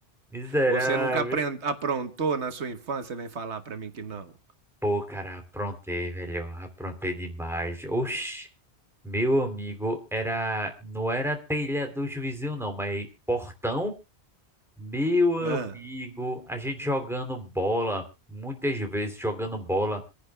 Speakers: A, in the centre; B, on the right.
A: Miserável.
B: Você nunca apren- aprontou na sua infância, vem falar pra mim que não.
A: Pô, cara, aprontei, velho. Aprontei demais. Oxi. Meu amigo, era, não era telha dos vizinhos não, mas portão. Meu amigo,
B: Hã?
A: a gente jogando bola, muitas vezes jogando bola,